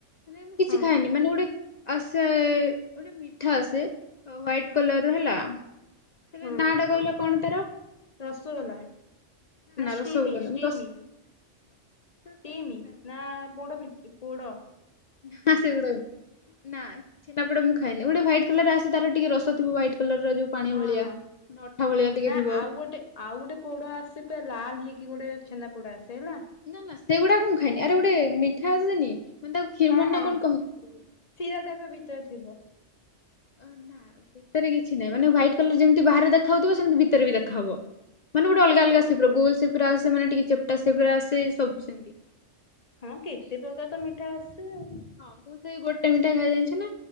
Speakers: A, on the left; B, on the left.
A: ମାନେ ମୁଁ କିଛି
B: ହଁ
A: ଖାଏନି ମାନେ ଗୋଟେ ଆସେ ଗୋଟେ ମିଠା ଅ ହ୍ଵାଇଟ୍ କଲର ହେଲା, ସେଟା
B: ହଁ
A: ନାଁଟା କହିଲ କଣ ତାର?
B: ରସଗୋଲା, ନା ଷ୍ଟିମ
A: ରସଗୋଲା
B: ଷ୍ଟିମ,
A: ନୁହଁ ରସ
B: ଷ୍ଟିମ।
A: କଣ ମୁଁ ଜାଣିନି
B: ନା ପୋଡ଼ପି ପୋଡ଼?
A: ନା ସେଗୁଡ଼ାକ ନାଁ ଛେନାପୋଡ଼ ମୁଁ ଖାଏନି, ଗୋଟେ ହ୍ୱାଇଟ କଲର ଆସେ ତାର ଟିକେ ରସ ଥିବ ହ୍ୱାଇଟ୍ କଲରର ଯୋଉ ପାଣି
B: ହଁ
A: ଭଳିଆ
B: ହଁ
A: ପୁଣି ଅଠା ଭଳିଆ ଟିକେ
B: ନା
A: ଥିବ।
B: ଆଉ ଗୋଟେ ଆଉ ଗୋଟେ ପୋଡ଼ ଆସେ ପୁରା ଲାଲ ହେଇକି ଗୋଟେ ଛେନାପୋଡ଼ ଆସେ ହେଲା।
A: ନା ନା ସେଗୁଡାକ ମୁଁ ଖାଇନି, ଆରେ ଗୋଟେ ମିଠା ଆସେନି ମାନେ ତାକୁ କ୍ଷୀରମନ
B: ହଁ ହଁ
A: ନା କଣ କହୁନ୍ତିବି।
B: ଶିରା ଟାଇପର ଭିତରେ ଥିବ।
A: ନା ଭିତରେ କିଛି ନାହିଁ, ମାନେ ହ୍ୱାଇଟ୍ କଲର ଯେମିତି ବାହାରେ ଦେଖା ହଉଥିବ, ସେମିତି ଭିତରେ ବି ଦେଖାହବ। ମାନେ ଗୋଟେ ଅଲଗା ଅଲଗା ସେପର, ଗୋଲ ସେପ୍ର ଆସେ, ମାନେ ଟିକେ ଚେପଟା ସେପ୍ ର ଆସେ ସବୁ ସେମତି।
B: ହଁ କେତେ ପ୍ରକାର ତ ମିଠା ଆସୁଛି ଆଉ।
A: ହଁ ମୁଁ ସେଇ ଗୋଟେ ମିଠା ଖାଇବା ଜାଣିଛି ନା,